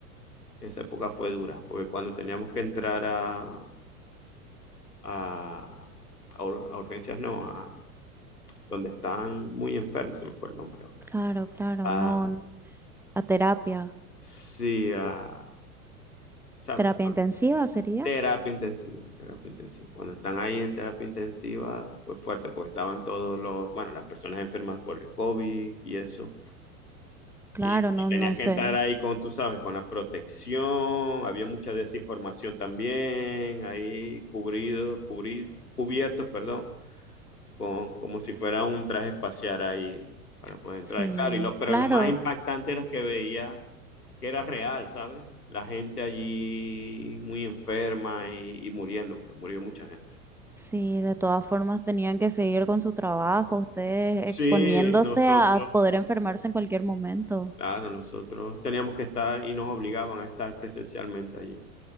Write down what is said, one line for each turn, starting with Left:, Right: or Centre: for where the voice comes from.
Left: Esa época fue dura, porque cuando teníamos que entrar a, a, a ur- a urgencias, no, a donde están muy enfermos, se me fue el nombre ahora.
Centre: Claro, claro,
Left: A,
Centre: no n- a terapia.
Left: sí, a, ¿sabes?
Centre: ¿Terapia intensiva sería?
Left: Terapia intensiva, terapia intensiva. Cuando están ahí en terapia intensiva fue fuerte, porque estaban todos los, bueno, las personas enfermas por el COVID y eso.
Centre: Claro,
Left: Y, y
Centre: no,
Left: tenías
Centre: no
Left: que
Centre: sé.
Left: entrar ahí con, tú sabes, con la protección, había mucha desinformación también, ahí cubrido, cubrir, cu- cubiertos, perdón, con, como si fuera un traje espacial ahí para poder
Centre: Sí,
Left: entrar. Claro, y lo, pero
Centre: claro,
Left: lo más Wow. impactante era que veía que era real, ¿sabes? La gente allí muy enferma y, y muriendo, porque murió mucha gente.
Centre: sí, de todas formas tenían que seguir con su trabajo, ustedes
Left: Sí,
Centre: exponiéndose
Left: nosotros,
Centre: a a poder enfermarse en cualquier momento.
Left: claro, nosotros teníamos que estar y nos obligaban a estar presencialmente allí.